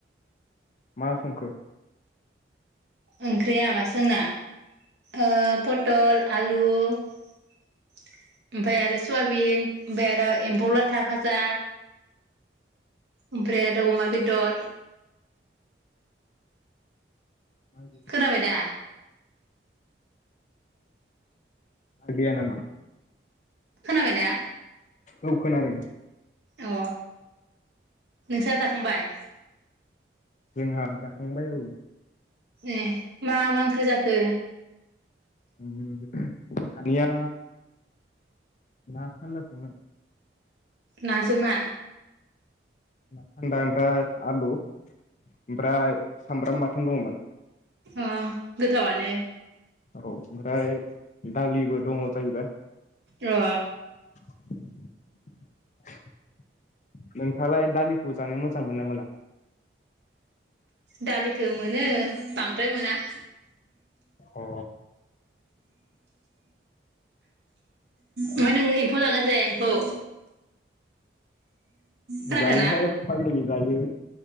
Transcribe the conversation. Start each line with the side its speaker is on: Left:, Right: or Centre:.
Left: मा संखो?
Right: ओंख्रिया बासो जोंना ओ पटल आलु ओमफाय आरो सुवाबिन ओमफाय आरो एम्फौ लाथा फाजा। ओमफ्राय आरो अमा बेदर
Left: ना
Right: खोनाबाय दा?
Left: <inaudible> गैया नामा?
Right: खोनाबायना?
Left: औ खोनादों।
Right: अ नोंसा जाखांबाय?
Left: जोंहा जाखांबाय औ
Right: ए मा मा ओंख्रि जाखो?
Left: <unintelligible> जोंहानिया ना सानदासोमोन
Right: नाजो मा?
Left: ना सान्दा ओमफ्राय आलु ओमफ्राय सामब्राम बाथोन दंमोन।
Right: ओ गोथावानो
Left: औ ओमफ्राय दालिबो दङ जाहैबाय।
Right: अ
Left: <inaudible> नोंथाङालाय दालिखौ जानो मोजां मोनना मोना?
Right: दालिखो मोनो। बांद्राय मोना <inaudible>
Left: अ
Right: ओमफाय नों फौ जाना जाया एम्फौ? खोनादों
Left: जायोहाय
Right: ना
Left: फाग्लि जायो